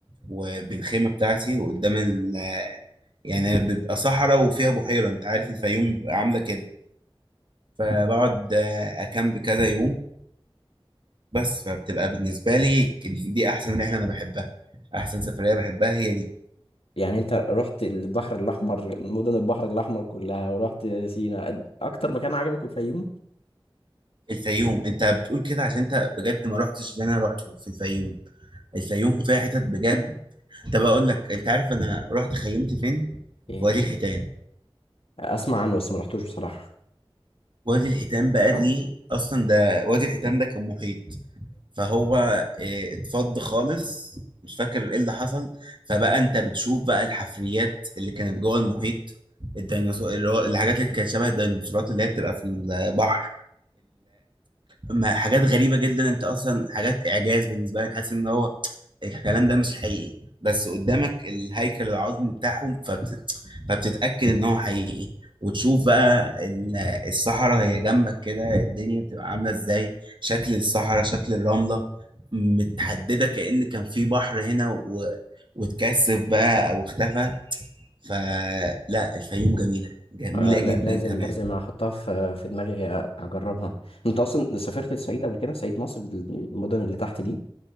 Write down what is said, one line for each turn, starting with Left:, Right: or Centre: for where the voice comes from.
Right: وبالخيمة بتاعتي وقدام ال آه، يعني بيبقى صحراء وفيها بحيرة انت عارف الفيوم بيبقى عاملة كده فبقعد آه، اكامب كذا يوم بس فبتبقى بالنسبة لي دي أحسن رحلة أنا بحبها أحسن سفرية بحبها هي دي
Left: يعني انت رحت البحر الاحمر مدن البحر الاحمر كلها ورحت سينا اكتر مكان عجبك الفيوم
Right: الفيوم أنت بتقول كده عشان أنت بجد ما رحتش اللي أنا رحته في الفيوم الفيوم فيها حتت بجد طب أقول لك أنت عارف أنا رحت خيمت فين؟
Left: يعني
Right: في وادي الحيتان
Left: اسمع عنه بس ما رحتوش بصراحة
Right: وادي الحيتان بقى دي أصلا ده وادي الحيتان ده كان محيط فهو إيه، اتفض خالص مش فاكر ايه اللي حصل فبقى انت بتشوف بقى الحفريات اللي كانت جوه المحيط الديناصور اللي هو الحاجات اللي كانت شبه الديناصورات اللي هي بتبقى في البحر ما حاجات غريبة جدا انت اصلا حاجات اعجاز بالنسبة لك حاسس ان هو الكلام ده مش حقيقي بس قدامك الهيكل العظمي بتاعهم فبت... فبتتأكد ان هو حقيقي وتشوف بقى ال- الصحراء هي جنبك كده الدنيا بتبقى عاملة ازاي شكل الصحراء شكل الرملة متحددة كأن كان في بحر هنا و... واتكثف بقى او اختفى فلا الفيوم جميلة جميلة
Left: آه، لا
Right: جدا
Left: لازم
Right: كمان
Left: لازم احطها في في دماغي أ- اجربها انت اصلا سافرت الصعيد قبل كده صعيد مصر المدن اللي تحت دي